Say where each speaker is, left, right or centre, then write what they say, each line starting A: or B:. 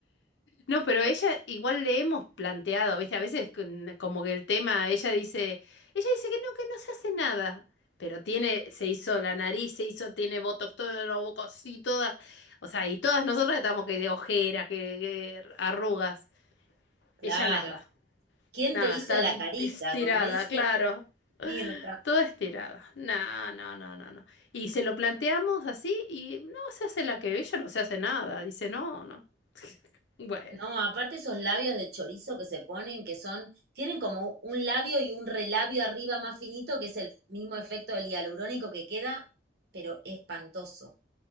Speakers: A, on the left (about 75°); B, on the right (about 60°).
A: No, pero ella igual le hemos planteado, ¿viste? A veces con- como que el tema, ella dice, ella dice que no, que no se hace nada, pero tiene, se hizo la nariz, se hizo, tiene botox, todo lo bocos y todas, o sea, y todas nosotras estamos que de ojeras, que, que arrugas,
B: Claro.
A: ella nada,
B: ¿Quién
A: nada,
B: te hizo
A: está
B: la
A: di-
B: carita?
A: estirada,
B: Como dice
A: claro.
B: Mirta.
A: Toda estirada. No, no, no, no, no. Y se lo planteamos así y no se hace la que ella no se hace nada. Dice, no, no. <laughs> Bueno.
B: No, aparte esos labios de chorizo que se ponen, que son, tienen como un labio y un relabio arriba más finito, que es el mismo efecto del hialurónico que queda, pero espantoso.